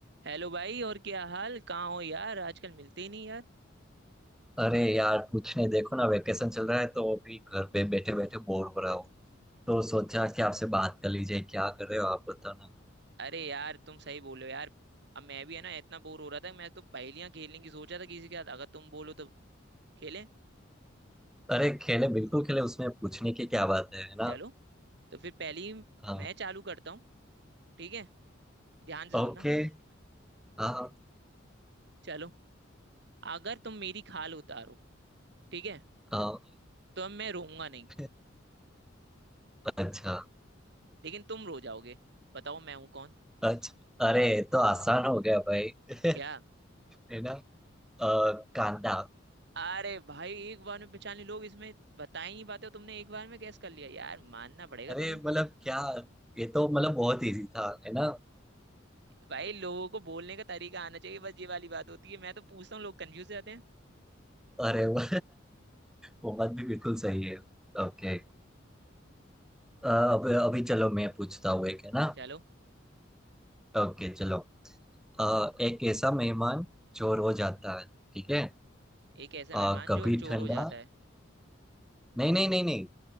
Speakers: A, on the right (about 55°); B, in the centre.
A: Hello भाई और क्या हाल कहाँ हो यार आजकल मिलते ही नहीं यार
B: अरे यार कुछ नहीं देखो ना वेकेशन चल रहा है तो अभी घर पे बैठे बैठे बोर हो रहा हूँ तो सोचा कि आपसे बात कर लीजिए क्या कर रहे हो आप बताओ ना
A: अरे यार तुम सही बोलो यार अब मैं भी है ना इतना बोर हो रहा था मैं तो पहेलियां खेलने की सोचा था किसी के साथ अगर तुम बोलो तो खेलें
B: अरे खेले बिल्कुल खेले उसमें पूछने की क्या बात है है ना
A: चलो तो फिर पहली मैं
B: हाँ
A: चालू करता हूँ ठीक है ध्यान से
B: ओके
A: सुनना
B: हाँ हाँ
A: चलो अगर तुम मेरी खाल उतारो ठीक है
B: हाँ,
A: तो अब मैं रोऊंगा नहीं
B: <laughs> अच्छा
A: लेकिन तुम रो जाओगे बताओ मैं हूं कौन
B: अच्छा अरे ये तो आसान हो गया भाई <laughs>
A: क्या
B: है ना अ, कांदा
A: अरे भाई एक बार में पहचान लिए लोग इसमें बता ही नहीं पाते हो तुमने एक बार में गैस कर लिया यार मानना पड़ेगा
B: अरे
A: तुम्हें।
B: मतलब क्या ये तो मतलब बहुत इजी था है ना
A: भाई लोगों को बोलने का तरीका आना चाहिए बस ये वाली बात होती है मैं तो पूछता हूँ लोग कंफ्यूज हो जाते हैं
B: अरे <laughs> वो वो बात भी बिल्कुल सही है ओके अ, अब अभी चलो मैं पूछता हूँ एक है ना
A: चलो
B: ओके चलो अ, एक ऐसा मेहमान जो रोज आता है ठीक है
A: एक ऐसा
B: अ,
A: मेहमान
B: कभी
A: जो चोर
B: ठंडा
A: हो जाता है
B: नहीं नहीं नहीं नहीं